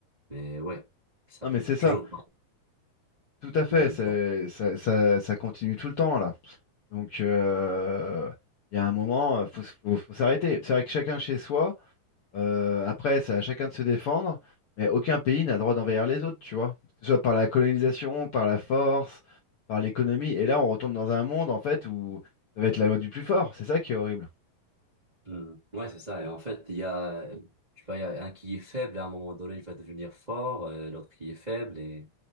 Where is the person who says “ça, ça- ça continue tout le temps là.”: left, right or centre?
Left